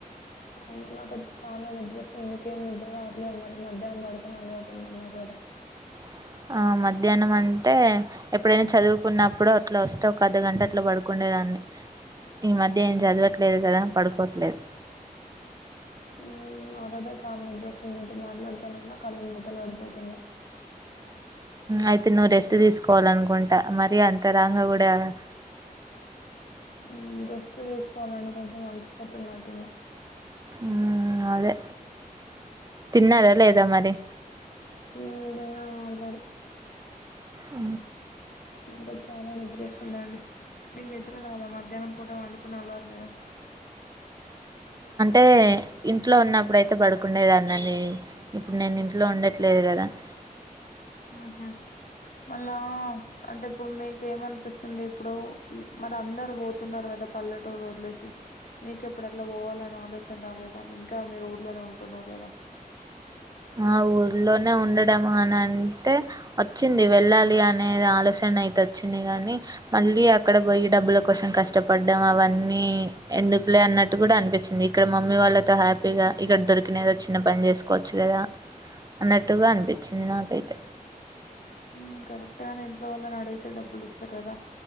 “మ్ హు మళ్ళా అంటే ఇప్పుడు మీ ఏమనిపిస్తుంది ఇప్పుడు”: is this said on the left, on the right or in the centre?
Left